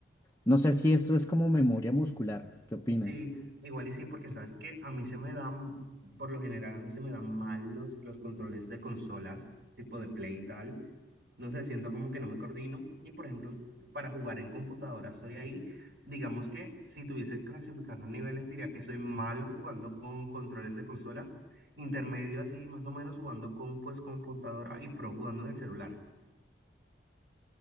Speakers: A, on the left; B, on the right.
A: no sé si eso es como memoria muscular. ¿Qué opinas?
B: Sí, igual y sí, porque sabes que a mí se me dan, por lo general, a mí se me dan mal los, los controles de consolas, tipo de Play y tal. No sé, siento como que no me coordino. Y por ejemplo, para jugar en computadora soy ahí. Digamos que si tuviese que clasificar los niveles, diría que soy malo jugando con controles de consolas, intermedio así, más o menos jugando con pues computadora y pro jugando en el celular.